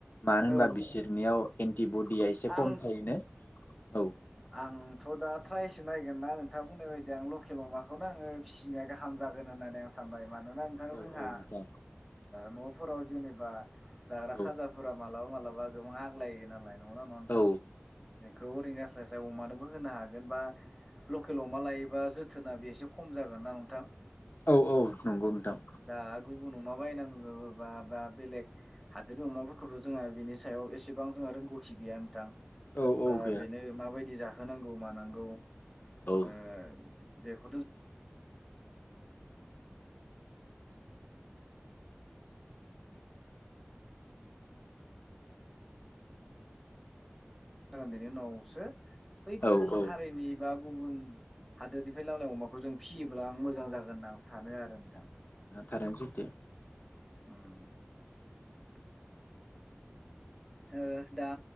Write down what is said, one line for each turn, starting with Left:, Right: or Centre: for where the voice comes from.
Left: मानो
Centre: औ
Left: होनबा बिसोरनियाव टि बडिया एसे
Centre: आं
Left: खम
Centre: औ
Left: थायोनो औ
Centre: आंथ' दा ट्रायसो नायगोन ना खोथा बुंनाय बायदि आं लकेल अमाखौनो आंङो फिसिनाय गाहाम जागोन होननानै आं सानबाय मा मानोना नोंथां
Left: औ
Centre: जोंहा
Left: औ नोंथां
Centre: न'आव फोराव जेनेबा जाग्रा
Left: औ
Centre: खाजाफोरा मालाबा मालाबा बाजार आवनो गोबां आग्लायो नालाय नंगौ ना नंङा नोंथां
Left: औ
Centre: बेखौ ओरैनो आस लासाय अमानोबो होनो हागोन बा लकेल अमा लायोबा जोथोना बे एसे खम जागोन ना नोंथां
Left: औ औ नंगौ नोंथां
Centre: दा गुबुन अमा बायनांगौबा बा बेलेग हादोरनि अमाफोरखौथ' जोंहा बिनि सायाव एसेबां जोंहा रोंगौथि गैया नोंथां
Left: औ औ
Centre: जा
Left: गैया
Centre: बेनो माबायदि जा थानांगौ मानांगौ
Left: औ
Centre: <unintelligible> बेखौथ' जागोन बेनि उनावसो बै गुबुन
Left: औ औ
Centre: हारिनि बा गुबुन हादोरनिफ्राय ललामनाय अमाखौ जों फियोब्ला आं मोजां जागोन होनना आं सानो आरो नोंथां
Left: थारनो सैथो
Centre: <unintelligible> ओ दा